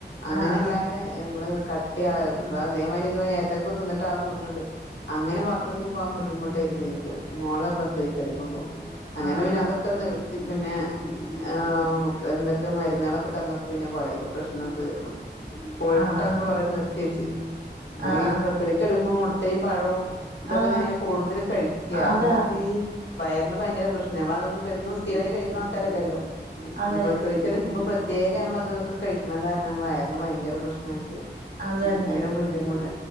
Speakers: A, on the left; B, on the right.
A: അങ്ങനെ
B: ആഹ്
A: അല്ലാതെ
B: ആഹ്
A: നമ്മള് ക <unintelligible> അതേമാതിരി ഇതേ മാതിരി വേദനക്കെ തിന്നിട്ടാണെന്ന് തോന്നുന്നുണ്ട് അങ്ങനെ ബാത്റൂമിൽ പോവാൻ ബുദ്ധിമുട്ടായിരുന്നു എനിക്ക് മോളെ പ്രസവിച്ചെടുക്കുമ്പോ അങ്ങനെ
B: ആഹ് ആഹ്
A: പിന്നെ അതൊക്കെ നിർത്തി പിന്നെ എ മോൾക് എന്തൊക്കെ മരുന്നുകളൊക്കെ തന്നപ്പോ പിന്നെ കൊറെയൊക്കെ പ്രശ്നം തീർന്ന് കോഴിമുട്ടൊക്കെ
B: ആഹ് ആഹ്
A: കൊറെ നിർത്തി വെച്ച് നമ്മള്
B: ആഹ്
A: ഈ
B: ആഹ്
A: പ്രസവിച്ചു കിടക്കുമ്പോ മുട്ടയും പഴവും ഇതൊക്കെ
B: ആഹ്
A: തന്നെയല്ലേ കൂടുതലും കഴിക്ക അപ്പൊ
B: അതാ
A: നമുക്ക് വയറിന് ഭയങ്കര പ്രശ്ന നമ്മൾ അതൊന്നും ഇപ്പോ എന്നും സ്ഥിരായി കഴിക്കുന്ന ആൾക്കാരല്ലല്ലോ
B: അതെ
A: ഈ പ്രസവിച്ച് കിടുക്കുമ്പോ പ്രത്യേക നമ്മൾ അത അതൊക്കെ കഴിക്കണ കാരണാണ് വയറിന് ഭയങ്കര പ്രശ്നായിട്ട്
B: അത്
A: <unintelligible>
B: തന്നെ
A: ബുദ്ധിമുട്ട